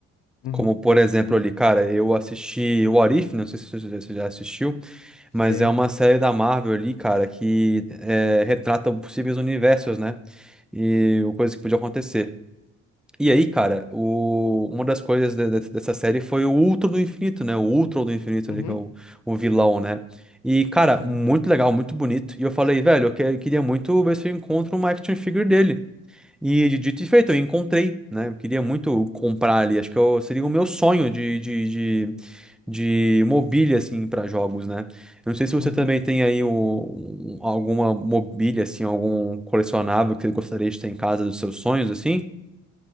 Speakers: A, on the left; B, in the centre.
A: uhum,
B: como, por exemplo,
A: sim,
B: ali, cara, eu assisti o Arif não sei se você já você já assistiu,
A: sei.
B: mas é uma série da Marvel ali, cara, que eh, retrata possíveis universos, né, e coisas que podiam acontecer. E aí, cara, o- uma das coisas de- de- dessa série foi o Ultron do Infinito, né? O Ultron do Infinito
A: Uhum,
B: ali, que é o, o vilão, né? E, cara,
A: sim,
B: muito legal, muito bonito. E eu falei, velho, eu, que- eu queria muito ver se eu encontro uma action figure dele. E de- dito e feito, eu encontrei, né? Eu queria muito comprar ali. Acho que eu- seria o meu sonho de, de, de, de mobília, assim, para jogos, né? Eu não sei se você
A: uhum.
B: também tem aí o- um- alguma mobília, assim, algum colecionável que você gostaria de ter em casa dos seus sonhos, assim.